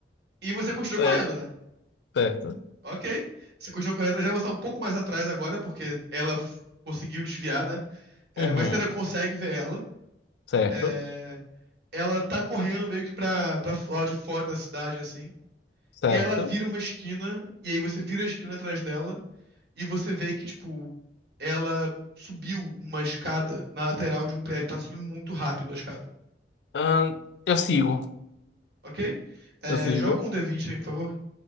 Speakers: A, on the right; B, on the left.
A: e você continua
B: É,
A: correndo, né?
B: Certo.
A: Ok. Você continua correndo, já está um pouco mais atrás agora, porque ela f- conseguiu desviar, né? É,
B: Uhum.
A: mas você ainda consegue ver ela.
B: Certo.
A: É, ela tá correndo meio que pra, pra lá de fora da cidade, assim.
B: Certo.
A: E aí ela vira uma esquina, e aí você vira a esquina atrás dela, e você vê que, tipo, ela subiu uma escada na lateral de um prédio, tá subindo muito rápido a escada.
B: Ahn, eu sigo.
A: Ok? É,
B: Eu sigo.
A: joga um D20 aí, por favor.